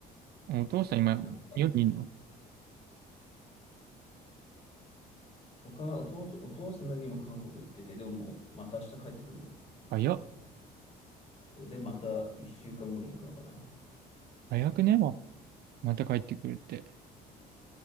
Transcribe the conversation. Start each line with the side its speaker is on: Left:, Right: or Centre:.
Right: お父さん今、
Left: なんか、
Right: 日本にいんの
Left: お母、お父さん、お父さんだけ今韓国行ってて、でももうまた明日帰ってくるの。
Right: 早っ。
Left: そうで、また一週間後に行くのかな。
Right: 早くねま、また帰ってくるって。